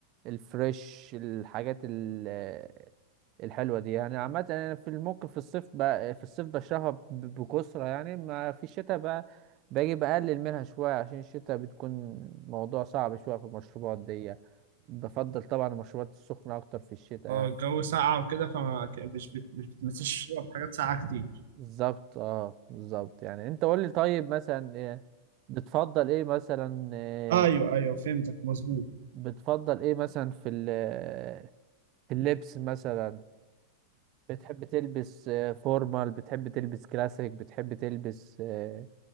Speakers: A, on the right (about 40°); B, on the right (about 75°).
A: الفريش الحاجات ال- الحلوة دي يعني عامة أنا في ممكن في الصيف بقى في الصيف بشربها ب- بكثرة يعني ما في الشتاء بقى باجي بقلل منها شوية عشان الشتاء بتكون موضوع صعب شوية في المشروبات دي بفضل طبعا المشروبات السخنة أكتر في الشتاء
B: اه
A: يعني
B: الجو ساقع وكده فما ك- مش بت- مش بتمسش تشرب حاجات ساقعة كتير
A: بالظبط اه بالظبط يعني انت قول لي طيب مثلا إيه بتفضل ايه مثلا آه،
B: ايوه ايوه فهمتك مظبوط
A: بتفضل ايه مثلا في ال- في اللبس مثلا بتحب تلبس آه، فورمال بتحب تلبس كلاسيك بتحب تلبس آه،